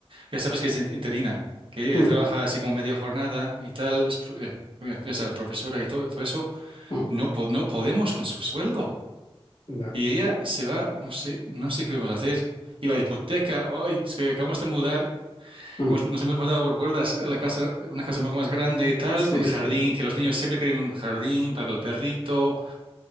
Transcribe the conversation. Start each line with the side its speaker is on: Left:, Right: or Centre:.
Right: Ya sabes que es in- interina, que ella
Left: Mm,
Right: trabaja así como media jornada y tal, es pro- eh, ya sabes, profesora y todo, todo eso.
Left: mm,
Right: No, po- no podemos con su sueldo.
Left: ya,
Right: Y ella se va, no sé, no sé qué vamos a hacer. Y la hipoteca, hoy es que acabamos de mudar,
Left: mm.
Right: hemos- nos hemos mudado, ¿recuerdas? La casa, una casa un poco más grande y tal,
Left: Sí,
Right: con jardín,
Left: sí.
Right: que los niños siempre quieren un jardín para el perrito.